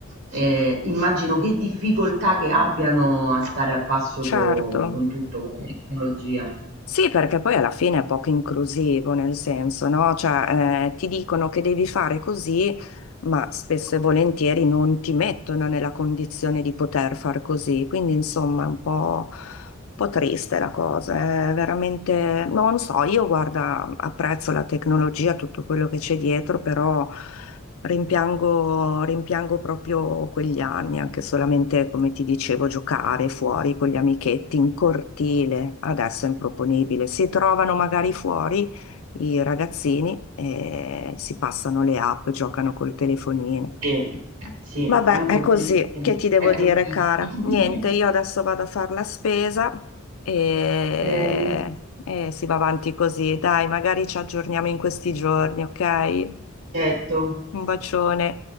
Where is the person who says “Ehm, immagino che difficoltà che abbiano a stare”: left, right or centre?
Right